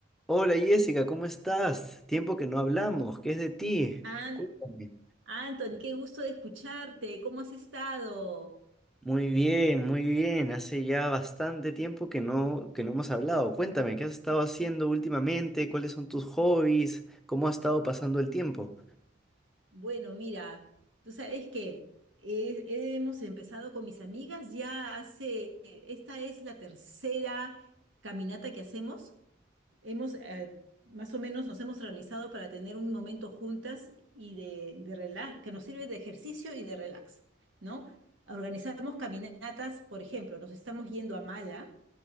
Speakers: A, in the centre; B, on the right.
A: Hola Jessica, ¿cómo estás? Tiempo que no hablamos, ¿qué es de ti?
B: An-
A: Cuéntame.
B: Anthony, qué gusto de escucharte. ¿Cómo has estado?
A: Muy bien, muy bien. Hace ya bastante tiempo que no, que no hemos hablado. Cuéntame, ¿qué has estado haciendo últimamente? ¿Cuáles son tus hobbies? ¿Cómo ha estado pasando el tiempo?
B: Bueno, mira, tú sabes que he- hemos empezado con mis amigas ya hace, esta es la tercera caminata que hacemos. Hemos, eh, más o menos nos hemos organizado para tener un momento juntas y de, de relax, que nos sirve de ejercicio y de relax, ¿no? Organizamos caminatas, por ejemplo, nos estamos yendo a Mala,